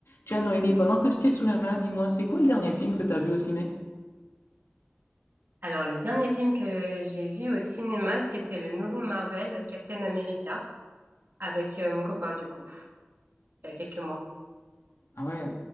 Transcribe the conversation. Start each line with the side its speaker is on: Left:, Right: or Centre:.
Left: Tiens, Noémie, pendant que je t'ai sous la main, dis-moi, c'est quoi le dernier film que t'as vu au ciné?
Right: Alors, le dernier film que j'ai vu au cinéma, c'était le nouveau Marvel, Captain America, avec euh, mon copain, du coup, il y a quelques mois.
Left: Ah ouais,